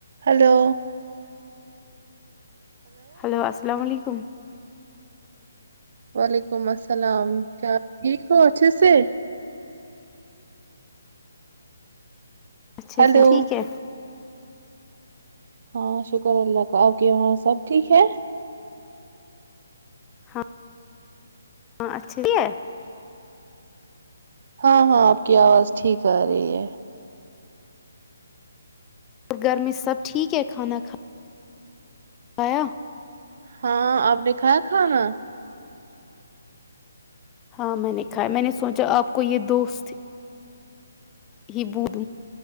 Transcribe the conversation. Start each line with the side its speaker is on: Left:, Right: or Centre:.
Right: hello
Left: hello السلام علیکم
Right: وعلیکم السلام کیا ٹھیک ہو اچھے سے
Left: اچھے
Right: ہلو
Left: سے ٹھیک ہے
Right: ہاں شکر اللہ کا آپ کے وہاں سب ٹھیک ہے
Left: ہاں ہاں اچھا ہے
Right: ہاں ہاں آپ کی آواز ٹھیک آ رہی ہے
Left: اور گھر میں سب ٹھیک ہے کھانا کھا بایا
Right: ہاں آپ نے کھایا کھانا
Left: ہاں میں نے کھایا میں نے سوچا آپ کو یہ دوست ہی ب د